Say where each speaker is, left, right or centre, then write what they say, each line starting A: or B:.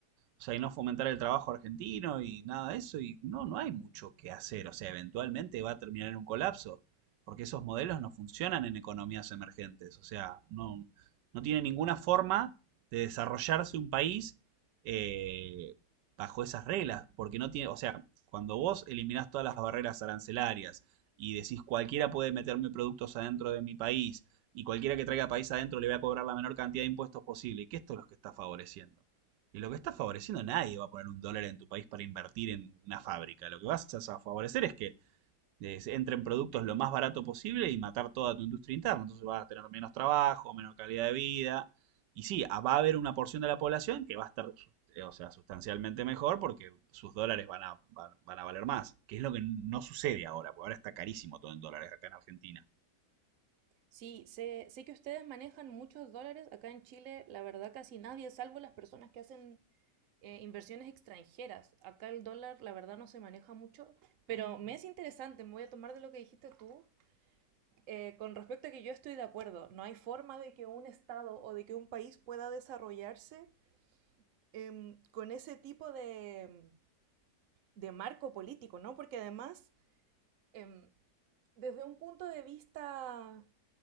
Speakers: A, on the right; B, on the right.
A: o sea, y no fomentar el trabajo argentino y nada de eso, y no, no hay mucho que hacer, o sea, eventualmente va a terminar en un colapso, porque esos modelos no funcionan en economías emergentes, o sea, no, no tiene ninguna forma de desarrollarse un país eh, bajo esas reglas, porque no tiene, o sea, cuando vos eliminás todas las barreras arancelarias, y decís cualquiera puede meterme productos adentro de mi país y cualquiera que traiga país adentro le voy a cobrar la menor cantidad de impuestos posible, y que esto es lo que está favoreciendo. Y lo que está favoreciendo, nadie va a poner un dólar en tu país para invertir en una fábrica. Lo que vas a favorecer es que es, entren productos lo más barato posible y matar toda tu industria interna. Entonces vas a tener menos trabajo, menos calidad de vida. Y sí, va a haber una porción de la población que va a estar eh, o sea, sustancialmente mejor porque sus dólares van a, van, a valer más, que es lo que no sucede ahora, porque ahora está carísimo todo en dólares acá en Argentina.
B: Sí, sé, sé que ustedes manejan muchos dólares. Acá en Chile, la verdad, casi nadie, salvo las personas que hacen eh, inversiones extranjeras. Acá el dólar, la verdad, no se maneja mucho. Pero me es interesante, me voy a tomar de lo que dijiste tú, Eh, con respecto a que yo estoy de acuerdo, no hay forma de que un Estado o de que un país pueda desarrollarse eh, con ese tipo de, de, marco político, ¿no? Porque además, eh, desde un punto de vista